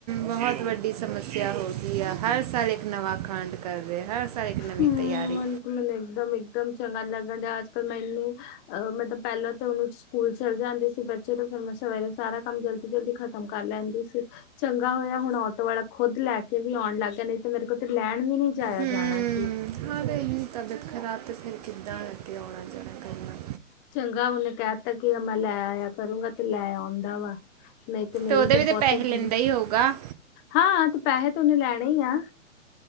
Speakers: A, on the right; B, on the left.
A: ਬਹੁਤ ਵੱਡੀ ਸੱਮਸਿਆ ਹੋ ਗਈ ਆ। ਹਰ ਸਾਲ ਇਕ ਨਵਾਂ ਕਾਂਡ। ਕਰ ਰਹੇ ਹਰ ਸਾਲ ਇੱਕ ਨਵੀਂ
B: ਹਮ
A: ਤਿਆਰੀ।
B: ਮੈਨੂੰ ਇੱਕਦਮ ਇੱਕਦਮ ਚੰਗਾ ਲੱਗਣ ਡਿਆ ਅੱਜ ਕਲ ਮੈਨੂੰ। ਅਹ ਮਤਲਬ ਪਹਿਲਾ ਤੋ ਮੈ ਸਕੂਲ ਚਲ ਜਾਂਦੀ ਸੀ ਬੱਚੇ ਤੇ ਫ਼ਿਰ ਮੈਂ ਸਵੇਰੇ ਸਾਰਾ ਕੰਮ ਜਲਦੀ ਜਲਦੀ ਖਾ। ਕੰਮ ਕਰ ਲੈਂਦੀ ਸੀ। ਚੰਗਾ ਹੋਇਆ ਹੁਣ ਆਟੋ ਵਾਲਾ ਖੁਦ ਲੈਕੇ ਵੀ ਆਉਣ ਲਗ ਗਿਆ ਨਹੀਂ ਤੇ ਮੇਰੋ ਕੋਲ ਤੇ ਲੈਣ ਵੀ ਨਹੀਂ। ਜਾਇਆ
A: ਹਮ
B: ਜਾਣਾ ਸੀ।
A: ਹਾਂ <inaudible> ਕਿੰਨੀ ਤਬੀਅਤ ਖਰਾਬ ਤੇ ਫੇਰ ਕਿਦਾ ਅੱਗੇ ਆਉਣਾ ਕਰਨਾ।
B: ਚੰਗਾ ਉਨੇ ਕਹਿ ਤਾਂ ਕੀ ਮੈਂ ਲੈ ਆਇਆ ਕਰੂੰਗਾ ਤੇ ਲੈ ਆਉਂਦਾ ਵਾਂ। ਨਹੀਂ ਤੇ ਮੇਰੀ
A: ਉਹਦੇ
B: ਤੇ
A: ਵੀ
B: ਬਹੁਤ
A: ਪੈਸੇ
B: ਈ
A: ਲੈਂਦਾ
B: ਬੁਰੀ,
A: ਹੀ ਹੋਊਗਾ
B: ਹਾ ਤੇ ਪੈਸੇ ਤੇ ਓੰਨੇ ਲੈਣੇ ਹੀ ਆ।